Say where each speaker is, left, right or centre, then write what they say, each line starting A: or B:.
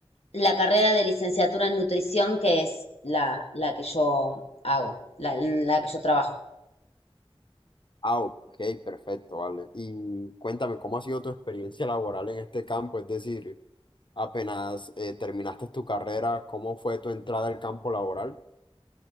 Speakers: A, on the left; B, on the left.
A: La carrera de licenciatura en nutrición, que es la, la que yo hago, la, la que yo trabajo.
B: Ah, ok, perfecto, vale. Y cuéntame, ¿cómo ha sido tu experiencia laboral en este campo? Es decir, apenas eh, terminaste tu carrera, ¿cómo fue tu entrada al campo laboral?